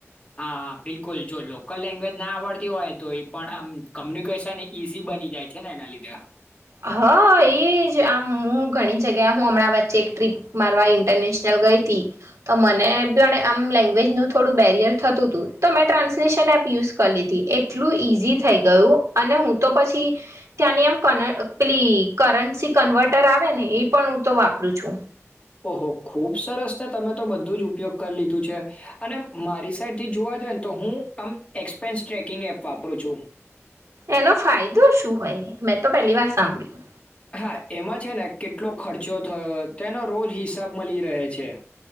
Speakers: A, on the left; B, on the right.
A: હા બિલકુલ જો લોકલ લેંગ્વેજ ના આવડતી હોય તો એ પણ આમ કોમ્યુનિકેશન ઈઝી બની જાય છે ને એના લીધે.
B: હા એજ આમ હું ઘણી જગ્યા હું હમણાં વચ્ચે એક ટ્રીપ મારવા ઇન્ટરનેશનલ ગઈ હતી તો મને પણ આમ લેંગ્વેજ નું થોડું બેરિયર. થતું હતું તો મેં ટ્રાન્સલેશન એપ યુઝ કરી લીધી એટલું ઈઝી. થઈ ગયું અને હું તો પછી ત્યાંની એમ ક. પેલી કરંસી કન્વર્ટર આવે ને એ પણ હું તો વાપરું છું.
A: ઓહો ખુબ સરસ ને તમે તો બધું જ ઉપયોગ કરી લીધું છે અને મારી સાઈડથી જોવા જઈએ ને તો હું આમ એક્સપેન્સ ટ્રેકિંગ એપ વાપરું છું.
B: એનો ફાયદો શું હોય મેં તો પહેલી વાર સાંભળ્યું.
A: હા એમાં છે ને કેટલો ખર્ચો થયો તેનો રોજ હિસાબ મળી રહે છે.